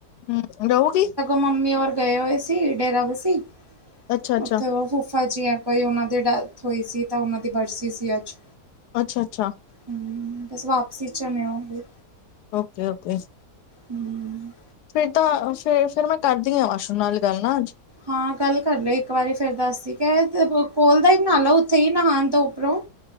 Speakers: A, on the left (about 80°); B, on the right (about 25°).
A: ਹੂੰ ਰਊਗੀ?
B: ਮੰਮੀ ਔਰ ਗਏ ਹੋਏ ਸੀ ਡੇਰਾ ਵਸੀ,
A: ਅੱਛਾ ਅੱਛਾ
B: ਓਥੇ ਓ ਫੁਫਾ ਜੀ ਐ। ਕੋਈ ਓਨਾਂ ਦੀ ਡੈਥ ਹੋਈ ਸੀ ਤਾਂ ਓਨਾਂ ਦੀ ਬਰਸੀ ਸੀ ਅੱਜ।
A: ਅੱਛਾ-ਅੱਛਾ।
B: ਹੂੰ ਬਸ ਵਾਪਸੀ ਚ ਨੇ ਔਂਦੇ।
A: ਓਕੇ-ਓਕੇ।
B: ਹੂੰ।
A: ਫਿਰ ਤਾਂ ਫੇ ਫਿਰ ਮੈਂ ਕਰਦੀ ਆਂ ਆਸ਼ੂ ਨਾਲ ਗੱਲ ਨਾ ਅੱਜ।
B: ਹਾਂ ਗੱਲ ਕਰ ਲਈ ਇੱਕ ਵਾਰੀ ਫੇਰ ਦੱਸਦੀ ਕੈ ਅ ਕੋਲ ਦਾ ਈ ਬਣਾ ਲਓ ਓਥੇ ਈ ਨਹਾਣ ਤੋਂ ਉੱਪਰੋਂ।